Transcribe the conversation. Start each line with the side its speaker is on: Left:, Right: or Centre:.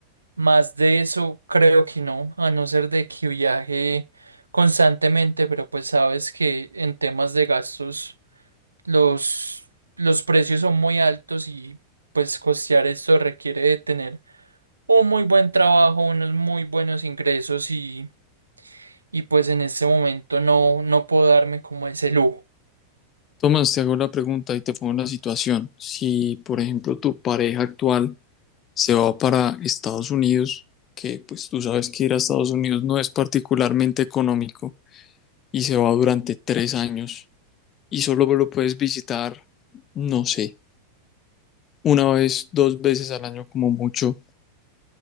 Right: Más de eso, creo que no, a no ser de que viaje constantemente, pero pues sabes que en temas de gastos los, los precios son muy altos y pues costear esto requiere de tener un muy buen trabajo, unos muy buenos ingresos y, y pues en este momento no, no puedo darme como ese lujo.
Left: Tomás, te hago la pregunta y te pongo la situación. Si, por ejemplo, tu pareja actual se va para Estados Unidos, que pues tú sabes que ir a Estados Unidos no es particularmente económico, y se va durante tres años y solo lo puedes visitar, no sé, una vez, dos veces al año como mucho.